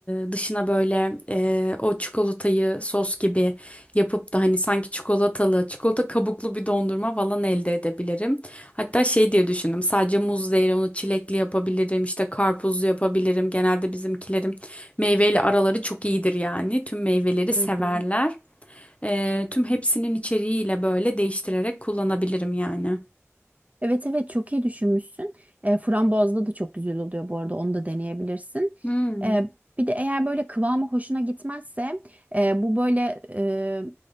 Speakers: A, on the left; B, on the right.
A: e, dışına böyle e, o çikolatayı sos gibi yapıp da hani sanki çikolatalı çikolata kabuklu bir dondurma falan elde edebilirim. Hatta şey diye düşündüm sadece muz değil onu çilekli yapabilirim işte karpuzlu yapabilirim genelde bizimkilerim meyveyle araları çok iyidir yani tüm meyveleri severler.
B: Hı hı.
A: Ee, tüm hepsinin içeriğiyle böyle değiştirerek kullanabilirim yani.
B: Evet evet çok iyi düşünmüşsün. E, frambuazlı da çok güzel oluyor bu arada onu da deneyebilirsin.
A: Hmm.
B: E, bir de eğer böyle kıvamı hoşuna gitmezse e, bu böyle e,